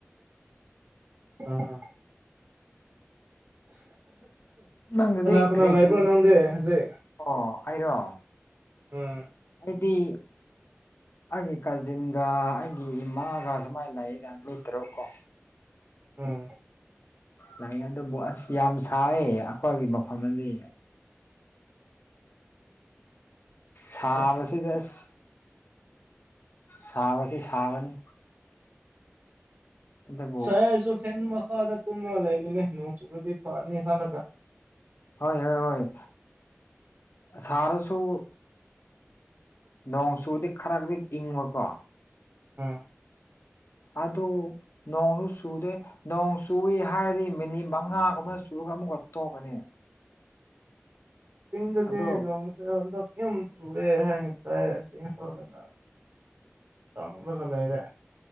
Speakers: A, on the right; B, on the left.
A: ꯑ
B: ꯅꯪꯒꯤꯗꯤ
A: ꯀꯅꯥ ꯀꯅꯥ
B: ꯀꯔꯤ
A: ꯂꯩꯕ꯭ꯔꯣ
B: ꯀꯔꯤ
A: ꯅꯪꯗꯤ ꯍꯧꯖꯤꯛ
B: ꯑꯣ ꯑꯩꯔꯣ
A: ꯎꯝ
B: ꯗꯤ ꯑꯩꯒꯤ ꯀꯥꯖꯤꯟꯒ ꯑꯩ ꯑꯩ ꯏꯃꯥꯒ ꯁꯨꯃꯥꯏꯅ ꯂꯩꯩꯗ ꯃꯤ ꯇꯔꯨꯛ ꯀꯣ
A: ꯎꯝ
B: ꯂꯩ ꯑꯗꯨꯕꯨ ꯑꯁ ꯌꯥꯝ ꯁꯥꯏꯌꯦ ꯑꯩꯈꯣꯏꯒꯤ ꯃꯐꯝꯗꯗꯤ ꯁꯥꯕꯁꯤꯗꯤ
A: ꯑꯁ
B: ꯑꯁ ꯁꯥꯕꯁꯤ ꯁꯥꯕꯅꯤ ꯑꯗꯨꯕꯨ
A: ꯁꯥꯏ ꯑꯩꯁꯨ ꯐꯦꯟ ꯃꯈꯥꯗ ꯇꯨꯝꯔꯒ ꯂꯩꯔꯤꯅꯦ ꯅꯣꯡ ꯆꯨꯔꯗꯤ ꯐꯅꯤ ꯈꯜꯂꯒ
B: ꯍꯣꯏ ꯍꯣꯏ ꯍꯣꯏ ꯁꯥꯔꯁꯨ ꯅꯣꯡ ꯆꯨꯔꯗꯤ ꯈꯔꯗꯤ ꯏꯪꯕꯀꯣ
A: ꯎꯝ
B: ꯑꯗꯨ ꯅꯣꯡꯁꯨ ꯆꯨꯗꯦ ꯅꯣꯡ ꯆꯨꯏ ꯍꯥꯏꯔꯗꯤ ꯃꯤꯅꯤꯠ ꯃꯉꯥꯒꯨꯝꯕꯅ ꯆꯨꯔꯒ ꯑꯃꯨꯛꯀ ꯇꯣꯛꯀꯅꯤ
A: ꯆꯤꯡꯗꯗꯤ
B: ꯑꯗꯣ
A: ꯅꯣꯡ ꯆꯨꯏ ꯍꯟꯗꯛ ꯌꯥꯝ ꯆꯨꯋꯦ ꯍꯥꯏꯅ ꯇꯥꯏ ꯑꯁꯤ ꯐꯥꯎꯗꯅ ꯇꯥꯡꯂꯒ ꯂꯩꯔꯦ